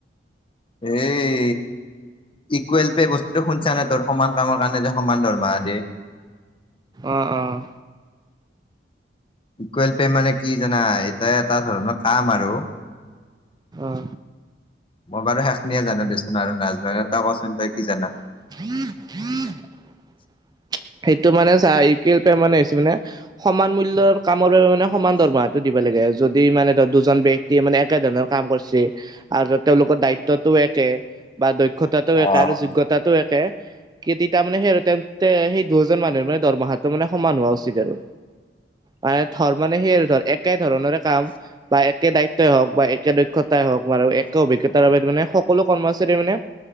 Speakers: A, on the left; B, on the right.
A: এই ইকুৱেল পে বস্তুটো শুনছানে তোৰ সমান কামৰ কাৰণে যে সমান দৰমাহ দে?
B: অ', - অ',
A: ইকুৱেল পে মানে কি জানা এইটা এটা ধৰণৰ কাম আৰু <inaudible>
B: অ
A: মই বাৰু শেখনিয়ে জানো দেচোন আৰু নাজনা এটা কচোন তই কি জানা?
B: <inaudible> সেইটো মানে চা <unintelligible> পেমেণ্ট হৈছে মানে হৈছে মানে সমান মূল্যৰ কামৰো মানে সমান দৰমহাটো দিবা লাগে যদি মানে ধৰ দু জন ব্যক্তিয়ে মানে একে ধৰণৰ কাম কৰছি আৰু তেওঁলোকৰ দায়িত্বটোও একে বা দ্য খোতাটো একে
A: অ'।
B: আৰু যোগ্যতাটো একে কিদি তাৰ মানে সেই তেন্তে সি বহুজন মানুহৰ মানে দৰমাহাটো মানে সমান হোৱা উচিত আৰু। মানে ধৰ মানে সেই আৰু ধৰ একে ধৰণৰে কাম বা একে দায়িত্বই হওক বা এক একে দক্ষতাই হওক বাৰু একে অভিজ্ঞতাৰ বাবে মানে সকলো কৰ্মচাৰীৰ মানে